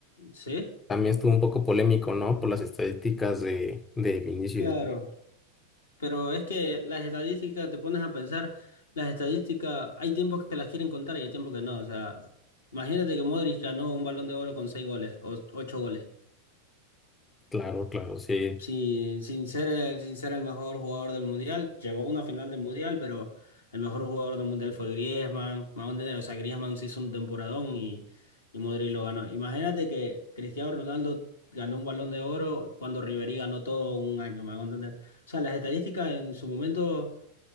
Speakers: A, on the left; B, on the left.
A: sí,
B: también estuvo un poco polémico, ¿no? Por las estadísticas de, de Vinicius.
A: claro. Pero es que las estadísticas, te pones a pensar, las estadísticas, hay tiempos que las quieren contar y hay tiempos que no. O sea, imagínate que Modric ganó un Balón de Oro con 6 goles o 8 goles.
B: Claro, claro, sí.
A: Sí, sin ser, el- sin ser el mejor jugador del mundial, llegó a una final del mundial, pero el mejor jugador del mundial fue Griezmann, Más O sea, Griezmann se hizo un temporadón y, y Modric lo ganó. Imagínate que Cristiano Ronaldo ganó un Balón de Oro cuando Ribery ganó todo un año, me hago entender. O sea, las estadísticas en su momento